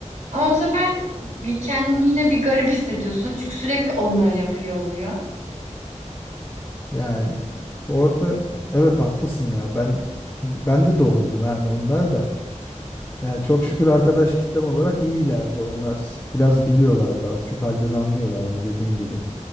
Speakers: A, on the right; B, on the left.
A: Ama bu sefer bir kendini yine bir garip hissediyorsun çünkü sürekli onlar yapıyor oluyor.
B: yani orada evet haklısın ya. Ben bende de oldum yani onlar da. Yani çok şükür arkadaş kitlem olarak iyilerdi onlar. Biraz biliyorlardı az çok halden anlıyorlardı dediğin gibi.